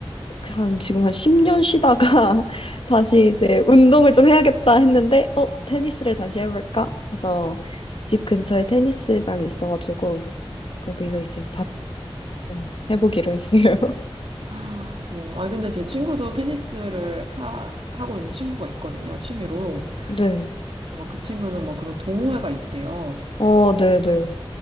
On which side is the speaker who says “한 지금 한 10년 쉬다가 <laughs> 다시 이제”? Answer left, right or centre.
Left